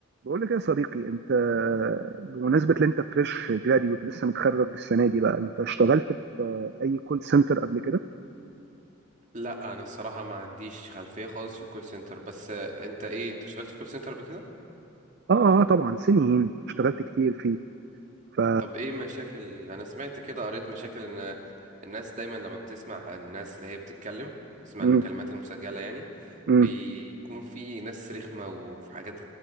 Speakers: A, on the right (about 50°); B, on the right (about 35°).
A: بقول لك يا صديقي انت بمناسبة ان انت فريش جراديوت لسه متخرج السنة دي بقى انت اشتغلت في اي كول سنتر قبل كده؟
B: لا انا الصراحه ما عنديش خلفيه خالص في الكول سنتر بس آه، انت ايه انت اشتغلت في كول سنتر قبل كده
A: اه اه طبعا سنين اشتغلت كتير فيه ف
B: طب ايه مشاكل انا سمعت كده قريت مشاكل ان الناس دايما لما بتسمع عن الناس اللي هي بتتكلم تسمع
A: مم،
B: المكالمات المسجله يعني
A: مم.
B: بيكون في ناس رخمه وفي حاجات